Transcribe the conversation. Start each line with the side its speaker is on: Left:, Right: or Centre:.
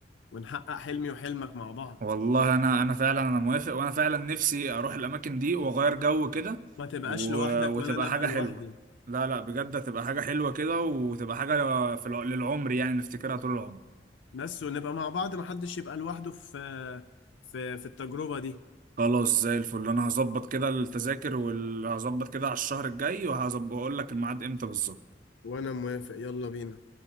Left: ونحقق حلمي وحلمك مع بعض
Right: والله انا انا فعلا انا موافق وانا فعلا نفسي اروح الاماكن دي واغير جو كده
Left: ما تبقاش
Right: و-
Left: لوحدك
Right: وتبقى
Left: ولا أنا
Right: حاجة
Left: أبقى لوحدي
Right: حلوة لا لا بجد هتبقى حاجة حلوة كده وتبقى حاجة في الع- للعمر يعني نفتكرها طول العمر
Left: بس ونبقى مع بعض محدش يبقى لوحده في في في التجربة دي
Right: خلاص زي الفل انا هظبط كده التذاكر وهظبط كده على الشهر الجاي وهظبط واقول لك الميعاد امتى بالظبط
Left: وانا موافق يلا بينا